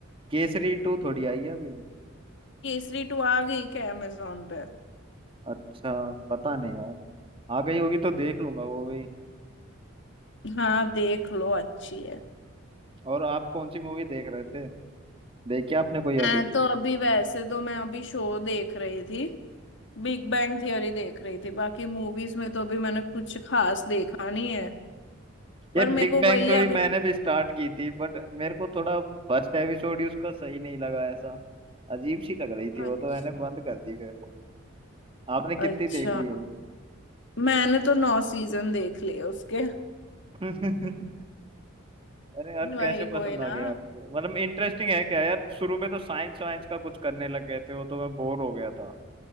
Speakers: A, on the right (about 25°); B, on the left (about 60°).
A: केसरी टू थोड़ी आई है अभी
B: केसरी टू आ गई क्या अमेजोन पे
A: अच्छा पता नहीं यार आ गई होगी तो देख लूंगा वो भी
B: हाँ देख लो अच्छी है
A: और आप कौन सी मूवी देख रहे थे देखी आपने कोई
B: मैं
A: अभी
B: तो अभी वैसे तो मैं अभी शो देख रही थी बिग बैंग थियरी देख रही थी बाकी मूवीज में तो अभी मैंने कुछ खास देखा नहीं है पर
A: ये
B: मेरे
A: बिग
B: को
A: बैंग
B: वही
A: थ्योरी
B: है अभी
A: मैंने भी स्टार्ट की थी बट मेरे को थोड़ा फर्स्ट एपिसोड ही उसका सही नहीं लगा ऐसा अजीब सी लग रही थी वो
B: अच्छा
A: तो मैंने बंद कर दी फिर आपने कितनी
B: अच्छा
A: देख ली वो
B: मैंने तो नौ सीजन देख लिए उसके
A: <laughs> अरे यार
B: वही
A: कैसे पसंद
B: कोई ना
A: आ गया आपको मतलब इंटरेस्टिंग है क्या यार शुरू में तो साइंस वाइंस का कुछ करने लग गए थे वो तो मैं बोर हो गया था